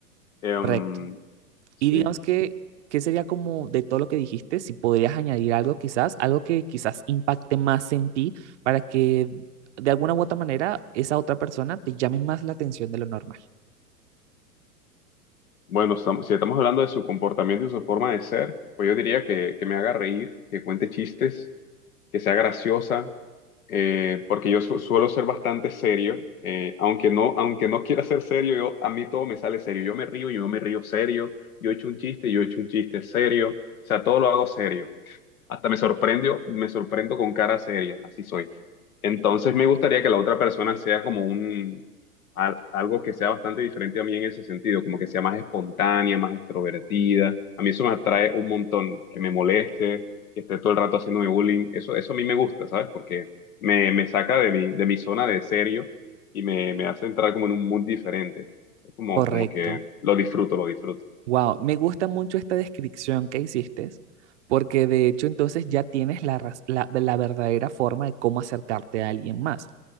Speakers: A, on the left; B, on the right.
A: Em,
B: correcto.
A: sí,
B: Y digamos que, ¿qué sería como de todo lo que dijiste? Si podrías añadir algo quizás, algo que quizás impacte más en ti para que de alguna u otra manera esa otra persona te llame más la atención de lo normal.
A: bueno, estamos- si estamos hablando de su comportamiento y su forma de ser, pues yo diría que, que me haga reír, que cuente chistes, que sea graciosa eh, porque yo su- suelo ser bastante serio, eh, aunque no, aunque no quiera ser serio, yo, a mí todo me sale serio, yo me río, yo me río serio, yo echo un chiste, yo echo un chiste serio, o sea, todo lo hago serio. Hasta me sorprendió, me sorprendo con cara seria, así soy. Entonces me gustaría que la otra persona sea como un, al- algo que sea bastante diferente a mí en ese sentido, como que sea más espontánea, más extrovertida. A mí eso me atrae un montón, que me moleste, que esté todo el rato haciéndome bullying. Eso, eso a mí me gusta, ¿sabes? Porque me, me saca de mi, de mi zona de serio y me, me hace entrar como en un mood diferente. Es como,
B: Correcto.
A: como que lo disfruto, lo disfruto.
B: Wow, me gusta mucho esta descripción que hiciste, porque de hecho entonces ya tienes la, raz- la, la verdadera forma de cómo acercarte a alguien más.